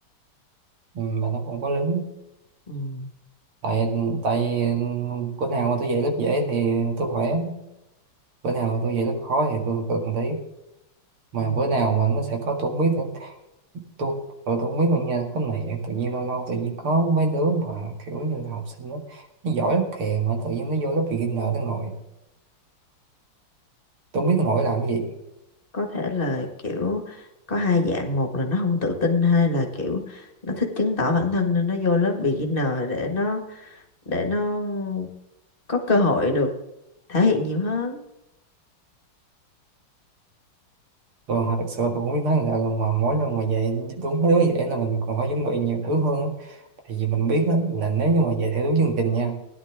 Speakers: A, on the right; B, on the left.
A: Ừ, mà nó không có lớn
B: Ừm,
A: tại tại bữa nào mà tôi dạy lớp dễ thì tôi khỏe bữa nào mà tôi dạy lớp khó thì tôi cực một tí mà
B: ừm.
A: bữa nào mà nó sẽ có tôi không biết tôi tôi tôi không biết mà nha cái này tự nhiên lâu lâu tự nhiên có mấy đứa mà kiểu như là học sinh đó, nó giỏi lắm kìa mà tự nhiên nó vô lớp beginner nó ngồi tôi không biết nó ngồi làm cái gì
B: có thể là kiểu có hai dạng một là nó không tự tin hai là kiểu nó thích chứng tỏ bản thân nên nó vô lớp beginner để nó để nó có cơ hội được thể hiện nhiều hơn
A: tôi thật sự là tôi không biết nói là luôn mà mỗi lần mà vậy đúng mấy đứa vậy là mình còn phải chuẩn bị nhiều thứ hơn á. tại vì mình biết đó, là nếu như mà vậy theo đúng chương trình nha